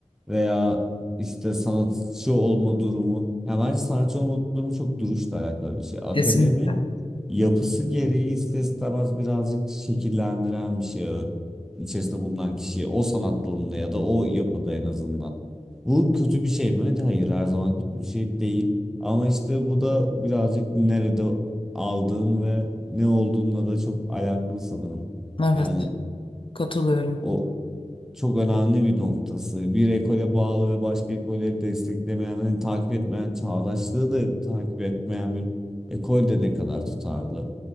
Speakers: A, in the centre; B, on the left.
A: veya işte sanatçı olma durumu. Ya bence sanatçı olma durumu çok duruşla alakalı bir şey. Akademi
B: Kesinlikle.
A: yapısı gereği ister istemez birazcık şekillendiren bir şey ö- içerisinde bulunan kişiyi o sanat dalında ya da o yapıda en azından. Bu kötü bir şey mi? Hayır her zaman kötü bir şey değil. Ama işte bu da birazcık nerede aldığın ve ne olduğunla da çok alakalı sanırım.
B: Evet,
A: Yani
B: katılıyorum.
A: o çok önemli bir noktası. Bir ekole bağlı ve başka ekolleri desteklemeyen, hani takip etmeyen, çağdaşlığı da takip etmeyen bir ekol de ne kadar tutarlı.